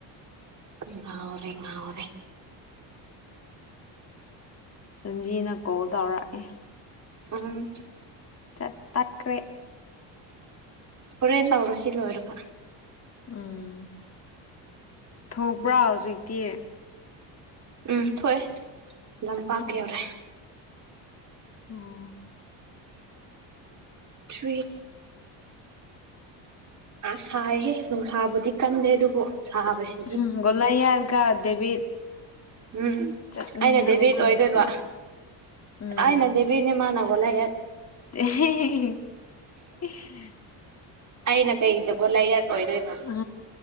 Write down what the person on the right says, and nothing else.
ꯉꯔꯦ ꯉꯔꯦ
ꯎꯝ
ꯍꯣꯔꯦꯟ ꯇꯧꯔꯁꯤ ꯂꯣꯏꯔꯕ
ꯎꯝ ꯊꯣꯛꯑꯦ ꯂꯝꯄꯥꯛ
ꯀ ꯌꯧꯔꯦ
ꯔꯤ ꯑ ꯁꯥꯏꯍꯦ ꯅꯨꯡꯁꯥꯕꯨꯗꯤ ꯀꯟꯗꯦ ꯑꯗꯨꯕꯨ ꯁꯥꯕꯁꯤꯗꯤ
ꯎꯝ
ꯑꯩꯅ ꯗꯦꯚꯠ ꯑꯣꯏꯗꯣꯏꯕ
ꯑꯩꯅ ꯗꯦꯚꯠꯅꯦꯃꯥꯟꯅꯕ ꯋꯥꯂ
ꯑꯩꯅ ꯀꯩꯒꯤꯗ ꯀꯣꯂ ꯑꯣꯏꯗꯣꯏꯅ